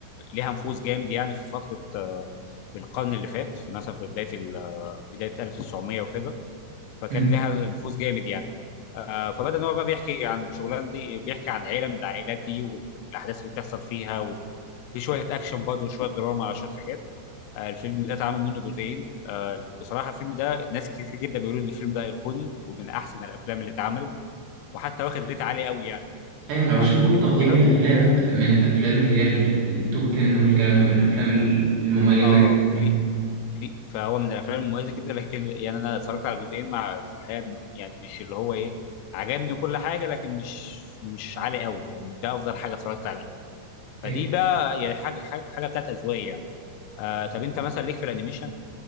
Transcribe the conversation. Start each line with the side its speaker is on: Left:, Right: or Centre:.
Left: ليها نفوذ جامد يعني في فتره في القرن اللي فات في مثلا في بدايه ال- بدايه 1900 وكده فكان
Right: مم.
Left: لها نفوذ جامد يعني آه، فبدا ان هو بقى بيحكي عن شغلان دي بيحكي عن عيله من العائلات دي وال- والاحداث اللي بتحصل فيها وال- في شويه اكشن برضه وشويه دراما على شويه حاجات آه، الفيلم ده اتعمل منه جزئين آه، بصراحه الفيلم ده ناس كتير جدا بيقولوا ان الفيلم ده ايقوني ومن احسن الافلام اللي اتعملت وحتى واخد ريت عالي قوي يعني
Right: ايوه انا بشوفه
Left: على النت
Right: في تقييم
Left: وكده
Right: الافلام من الافلام اللي هي ال- التوب 10 والكلام ده من الافلام ال- المميزه
Left: اه
Right: جدا
Left: في
Right: يعني.
Left: في فهو من الافلام المميزه جدا لكن يعني انا اتفرجت على جزئين مع في الحقيقه يعني مش اللي هو ايه عجبني كل حاجه لكن مش مش عالي قوي يعني مش ده افضل حاجه اتفرجت عليها فدي
Right: ايوه.
Left: بقى يعني حاجه حاجه, حاجة بتاعت اذواق يعني آه طب انت مثلا ليك في الانيميشن